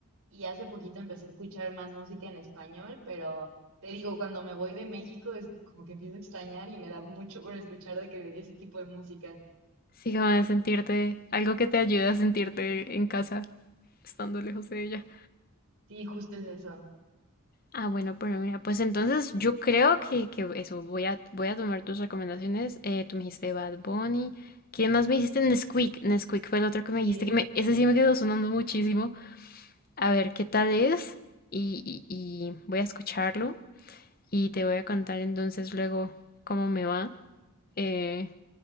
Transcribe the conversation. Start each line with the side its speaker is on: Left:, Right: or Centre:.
Right: Y hace poquito empecé a escuchar más música en español, pero te digo, cuando me voy de México es como que empiezo a extrañar y me da mucho por escuchar de que de ese tipo de música.
Left: Sí, como de sentirte, algo que te ayude a sentirte en casa, estando lejos de ella.
Right: Sí, justo es eso.
Left: Ah, bueno, pero mira, pues entonces yo creo que, que eso, voy a, voy a tomar tus recomendaciones. Eh, tú me dijiste Bad Bunny. ¿Quién más me dijiste? Nesquik. Nesquik fue el otro que
Right: Sí,
Left: me dijiste, que me, ese sí me quedó sonando muchísimo. A ver qué tal es y, y y voy a escucharlo. y te voy a contar entonces luego cómo me va. Eh,